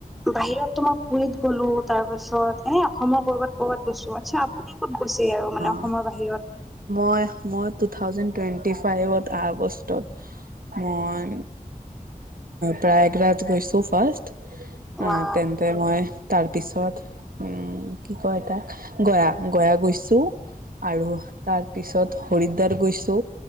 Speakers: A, in the centre; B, on the right.
A: বাহিৰত তো মই পুুৰীত গ'লো তাৰ পাছত এনে অসমৰ কৰ'বাত কৰ'বাত গৈছো আচ্ছা আপুনি ক'ত গৈছে আৰু মানে অসমৰ
B: অ
A: বাহিৰত।
B: মই মই টু থাউজেণ্ড টুৱেণ্টি ফাইভত আগষ্টত মই প্ৰয়াগৰাজ গৈছো ফাৰ্ষ্ট।
A: ৱা
B: আহ তেন্তে মই তাৰ পিছত উম কি কয় এ তাক গয়া, গয়া গৈছো আৰু তাৰপিছত হৰিদ্বাৰ গৈছো।